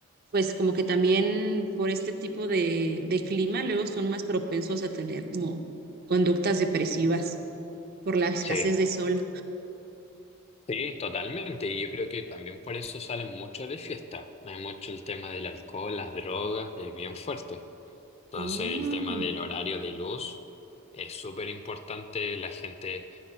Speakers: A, on the right; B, on the left.
A: pues como que también por este tipo de, de clima, luego son más propensos a tener como conductas depresivas por la escasez
B: sí.
A: de sol.
B: Sí, totalmente. Y yo creo que también por eso salen mucho de fiesta. Hay mucho el tema del alcohol, las drogas, es bien fuerte. Entonces
A: Oh,
B: el tema del horario de luz es súper importante. La gente,